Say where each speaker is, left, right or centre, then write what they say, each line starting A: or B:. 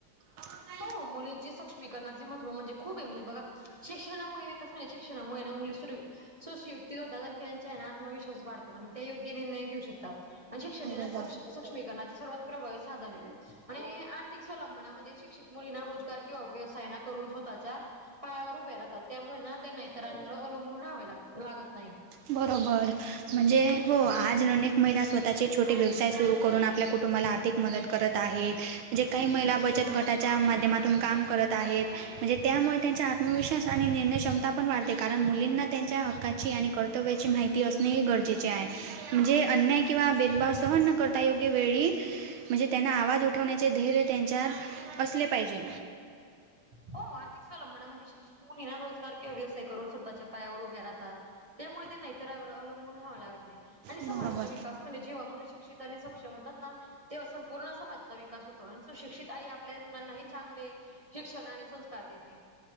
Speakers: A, on the right; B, on the right.
A: ह
B: हो मुलींची सूक्ष्मी करण्याचे महत्त्व म्हणजे खूप आहे म्हणजे बघा शिक्षणामुळे विकास म्हणे शिक्षणामुळे ना मुली सुर सुशयुक्त होतात आणि त्यांच्या आत्मविश्वास वाढतो आणि ते योग्य निर्णय घेऊ शकतो. शिक्षण
A: बरोबर
B: हे ना सुशमीकरणात सर्वात प्रभावी साधन आहे आणि आर्थिक स्वलंना म्हणजे शित मुलींना रोजगार किंवा व्यवसाय करून स्वतःच्या पायावर उभे राहतात. त्यामुळे ना त्यांना इतरांना वर अवलंबून राहावे लाग लागतं नाही.
A: बरोबर म्हणजे हो आज अनेक महिला स्वतःचे छोटी व्यवसाय सुरू करून आपल्या कुठं कुटुंबाला आर्थिक मदत करत आहेत जे काही महिला बचत गटाच्या माध्यमातून काम करत आहेत म्हणजे त्यामुळे त्यांचा आत्मविश्वास आणि निर्णय क्षमता पण वाढते कारण मुलींना त्यांच्या हक्काची आणि करत हयाची माहिती असणे गरजेचे आहे म्हणजे अन्याय किवा भेदभाव कर योग्य वेळी म्हणजे त्यांना आवाज उठवण्याचे ध्येर्य त्यांच्या असं पाहिजे.
B: हो आर्थिक स्वलंबना म्हणजे शिक्षित मुलींना रोजगार किंवा व्यवसाय करून स्वतःच्या पायावर उभ्या राहतात. त्यामुळे त्यांना इतरावर अवलंबून राहवं लागतं नाही आणि समाजाचा
A: बरोबर
B: विकास म्हणजे जेव्हा मुली शिक्षित आणि सक्षम होतात ना ते संपूर्ण समाजाचा विकास होतो आणि तो शिक्षित आई आपल्या मुलांनाही चांगले शिक्षण आणि संस्कार देते.